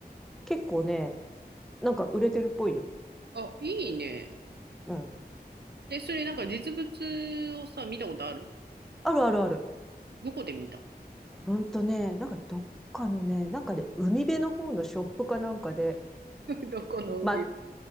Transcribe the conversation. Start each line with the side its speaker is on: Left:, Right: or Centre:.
Centre: 結構ね、なんか売れてるっぽいよ。
Right: あ、いいね。
Centre: うん。
Right: で、それなんか実物をさ、見たことある
Centre: あるあるある。
Right: どこで見た
Centre: ほんとね、なんかどっかのね、なんかで、海辺の方のショップかなんかで、
Right: <laughs> どこの帯
Centre: ま、